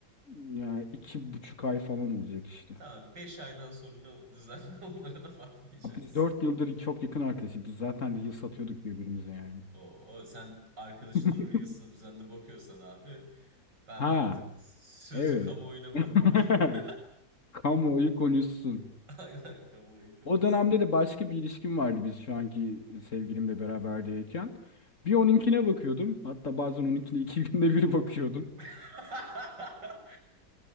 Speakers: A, on the left; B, on the right.
A: Yani iki buçuk ay falan olacak işte.
B: Tamam 5 aydan sonra düzenli <laughs> onlara da bakmayacaksın.
A: Biz dört yıldır çok yakın arkadaşız. Biz zaten Reels satıyorduk birbirimize yani.
B: Oo, sen arkadaşının
A: <laughs>
B: rüyasına düzenli bakıyorsan abi ben
A: Ha,
B: artık sözü
A: evet.
B: kamuoyuna
A: <laughs>
B: bırakıyorum. <laughs>
A: Kamuoyu konuşsun.
B: Aynen kamuoyu konuşsun.
A: O dönemde de başka bir ilişkim vardı biz şu anki sevgilimle beraber değilken. Bir onunkine bakıyordum. Hatta bazen onunkine iki <laughs> günde bir bakıyordum.
B: <laughs>